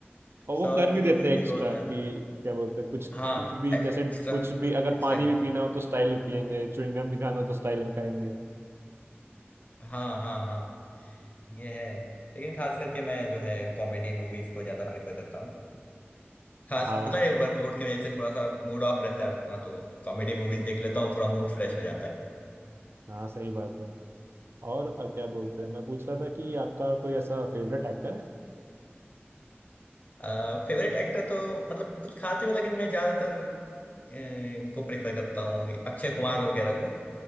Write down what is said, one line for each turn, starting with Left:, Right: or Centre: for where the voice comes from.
Right: और वो
Left: साउथ
Right: कर भी
Left: की
Right: देते
Left: मूवीज
Right: हैं
Left: भी
Right: एक्स्ट्रा
Left: बहुत ज्यादा
Right: कि क्या बोलते हैं कुछ
Left: हाँ
Right: कुछ भी
Left: एक्स्ट्रा
Right: जैसे कुछ भी अगर
Left: एक्स्ट्रा
Right: पानी
Left: करते
Right: भी पीना
Left: हो
Right: हो तो स्टाइल में पियेंगे च्युइंगम भी खाना हो तो स्टाइल में खाएंगे
Left: हाँ हाँ हाँ ये है लेकिन खास करके मैं जो है कॉमेडी मूवीज को ज्यादा प्रेफर करता हूँ खास
Right: हाँ
Left: मतलब वर्कलोड की वजह से थोड़ा सा मूड ऑफ रहता है अपना तो कॉमेडी मूवीज देख लेता हूँ थोड़ा मूड फ्रेश हो जाता
Right: हाँ सही बात है और अ, क्या बोलते हैं मैं पूछ रहा था कि आपका कोई ऐसा फेवरेट एक्टर है
Left: है फेवरेट एक्टर तो मतलब कुछ खास नहीं लेकिन मैं ज्यादातर अ, इनको प्रेफर करता हूँ अक्षय कुमार वगैरह को